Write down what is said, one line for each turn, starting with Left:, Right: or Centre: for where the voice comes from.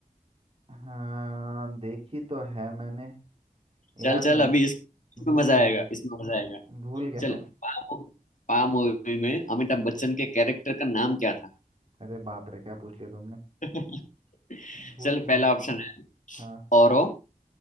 Right: हाँ देखी तो है मैंने
Left: चल
Right: याद
Left: चल
Right: नहीं
Left: अभी इस, इसमें
Right: भूल
Left: मजा
Right: गया
Left: आएगा इसमें मजा आएगा
Right: भूल गया
Left: चल
Right: हूँ
Left: पा पा मूवी में अमिताभ
Right: हम्म,
Left: बच्चन के कैरेक्टर का नाम क्या था
Right: अरे बाप रे क्या पूछ लिया तुमने
Left: <laughs>
Right: भूल
Left: चल
Right: ही गया
Left: पहला ऑप्शन है
Right: हाँ
Left: औरो